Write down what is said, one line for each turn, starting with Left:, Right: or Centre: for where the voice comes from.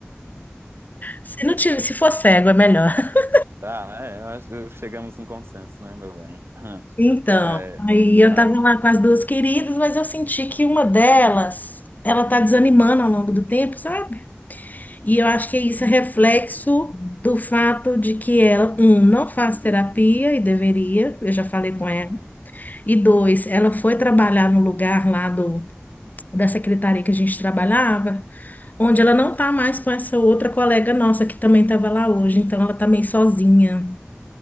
Left: Se não tiver, se for cego, é melhor. <laughs>
Right: Tá, é, eu acho que chegamos num consenso, né, meu bem?
Left: Então,
Right: É,
Left: aí eu
Right: ah,
Left: tava lá com as duas queridas, mas eu senti que uma delas, ela tá desanimando ao longo do tempo, sabe? E eu acho que é isso é reflexo do fato de que ela, um, não faz terapia e deveria, eu já falei com ela.
Right: uhum.
Left: E dois, ela foi trabalhar no lugar lá do, da secretaria que a gente trabalhava, onde ela não tá mais com essa outra colega nossa que também tava lá hoje, então ela tá meio sozinha.